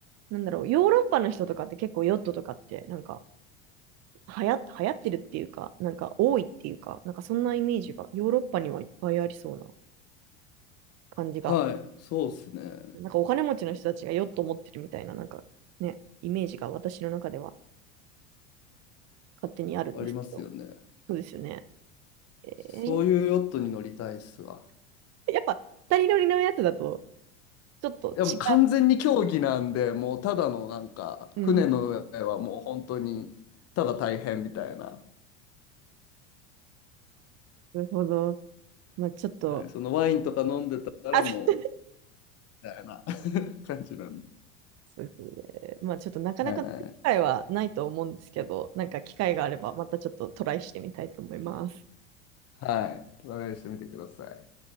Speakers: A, on the right; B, on the left.
A: なんだろう、ヨーロッパの人とかって結構ヨットとかってなんか流行、流行ってるっていうか、なんか多いっていうか、なんかそんなイメージがヨーロッパにはいっぱいありそうな感じが、
B: はい。そうですね。
A: なんかお金持ちの人たちがヨット持ってるみたいな、なんかね、イメージが私の中では勝手にあるんですけど、
B: ありますよね。
A: そうですよね。えー、
B: そういうヨットに乗りたいっすわ。
A: やっぱ二人乗りのやつだとちょっと違う。
B: でも完全に競技なんで、もうただのなんか、
A: うん、
B: 船の上はもう本当に、ただ大変みたいな。
A: なるほど。まあちょっと、
B: はい、そのワインとか飲んでたらも
A: あ、そう
B: う、みたいな <laughs> 感じなんで。
A: そうですね。まあちょっとなかなか機会はないと思うんですけど、
B: はい。
A: なんか機会があればまたちょっとトライしてみたいと思います。
B: はい。トライしてみてください。